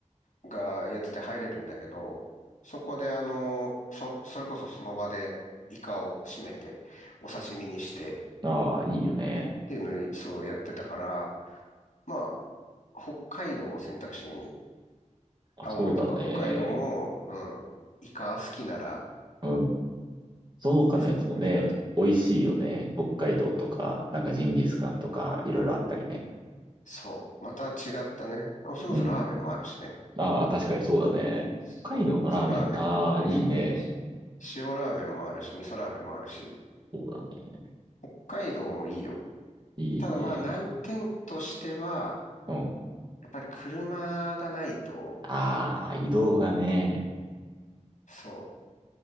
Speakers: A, on the left; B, on the right.
A: がやってて入れるんだけど、そこであの、そ、それこそその場でイカを締めて、お刺身にしてっ
B: ああ、いいよね。
A: ていうのに、そうやってたから、まあ、北海道も選択肢に、
B: あ、
A: 青森とか北海道も、
B: そうだね。
A: うん、イカ好きなら
B: うん。その他のやつもね、
A: 選択肢があってる。
B: 美味しいよね。北海道とか、なんかジンギスカンとか、いろいろあったりね。
A: そう、また違ったね。それこそラーメンもあるしね。
B: うん。ああ、確かにそうだね。
A: そう、
B: 北海道のラーメン、
A: 味噌ラーメンとか美味しかったし。
B: ああ、いいね。
A: 塩ラーメンもあるし、味噌ラーメンもあるし。
B: そうだね。
A: 北海道もいいよ。
B: いいね。
A: ただまあ難点としては、
B: うん。
A: やっぱり車がないと、
B: ああ、移動がね。
A: そう、